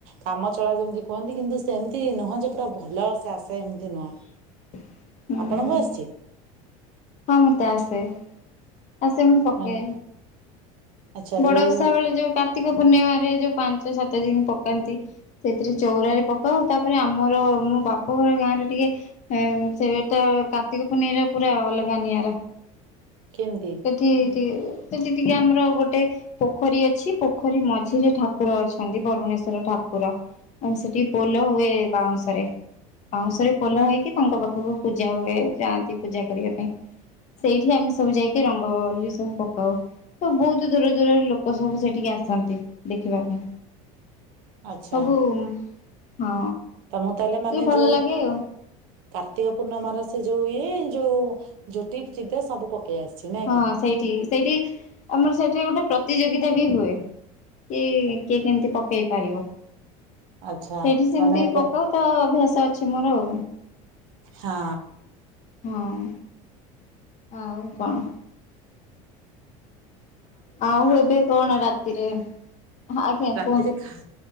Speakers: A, on the right; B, on the left.
A: କାମ ଚଳା ଯେମତି କୁହନ୍ତି କିନ୍ତୁ ସେମତି ନୁହଁ ଯେ ପୁରା ଭଲ ସେ ଆସେ ହେମତି ନୁହଁ।
B: <inaudible>
A: ଆପଣଙ୍କୁ
B: ହୁଁ
A: ଆସୁଚି?
B: ହଁ ମତେ ଆସେ ଆସେ ମୁଁ ପକାଏ।
A: ମାନେ ଆଚ୍ଛା
B: ବଡ
A: ଯୋଉ
B: ଓଷା ବେଳେ ଯୋଉ କାର୍ତ୍ତିକ ପୂର୍ଣ୍ଣିମାରେ ଯୋଉ ପାଞ୍ଚ ସାତ ଦିନ୍ ପକାନ୍ତି। ସେଥିରେ ଚଉରାରେ ପକାଉ ତାପରେ ଆମର ମୁଁ ବାପ ଘର ଗାଁରେ ଟିକେ ହୁଁ ସେଟା କାର୍ତ୍ତିକ ପୁର୍ଣ୍ଣିମାରେ ପୁରା ଅଲଗା ନିଆରା।
A: କେମିତି?
B: ସେଠି ଟିକେ ସେଠି ଟିକେ ଆମର ଗୋଟ ଟେ ପୋଖରୀ ଅଛି ପୋଖରୀ ମଝିରେ ଠାକୁର ଅଛନ୍ତି ବରୁଣେଶ୍ଵର ଠାକୁର। ଆମ ସେଠି ପୋହ୍ଲ ହୁଏ ବାଉଁସରେ। ବାଉଁଶରେ ପୋହ୍ଲ ହେଇକି ତାଙ୍କ ପାଖକୁ ପୂଜା ହୁଏ। ଯାଆନ୍ତି ପୂଜା କରିବା ପାଇଁ। ସେଇଠି ଆମେ ସବୁ ଯାଇକି ରଙ୍ଗଲି ସବୁ ପକାଉ। ତ ବହୁତ ତ ଦୂର ଦୂରରୁ ଲୋକ ସବୁ ସେଠିକି ଆସନ୍ତି ଦେଖିବା ପାଇଁ।
A: ଆଚ୍ଛା।
B: ସବୁ ହଁ।
A: ତମକୁ ତାହେଲେ ମାନେ
B: ଟିକେ ଭଲ
A: ଯୋଉ
B: ଲାଗେ ଆଉ
A: କାର୍ତ୍ତିକ ପୂର୍ଣ୍ଣମାର ସେ ଯୋଉ ଇଏ ଯୋଉ ଝୋଟି ଚିଦ୍ର ସବୁ ପକେଇ ଆସିଚି ନା
B: ହଁ
A: କି।
B: ସେଇଠି ସେଇଠି ଆମର ସେଠି ଗୋଟେ ପ୍ରତିଯୋଗିତା ବି ହୁଏ। କି କିଏ କେମତି ପକେଇ ପାରିବ
A: ଆଚ୍ଛା
B: ସେଇଠି ସେମିତି
A: ମାନେ
B: ପକାଉ ତ ଅଭ୍ୟାସ ଅଛି ମୋର ଆଉ।
A: ହଁ।
B: ହଁ ଆଉ କଣ? ଆଉ ଏବେ କଣ ରାତିରେ ଆଜ୍ଞା
A: ରାତିରେ
B: କୁହନ୍ତୁ
A: ଖା